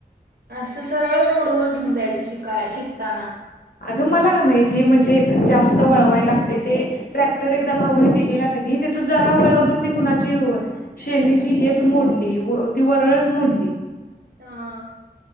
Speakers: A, on the right (about 75°); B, on the left (about 65°).
A: असं सरळ रोडवर घेऊन जायचं शिकाय शिकताना.
B: अगं मला का माहिती हे म्हणजे जास्त वळवायला लागतंय ते ट्रॅक्टर एकदा भाऊनं दिलेला कनी की त्याच जरा वळवल ती कुणाची शेनीची हेच मोडली ती वरळच मोडली.
A: हा.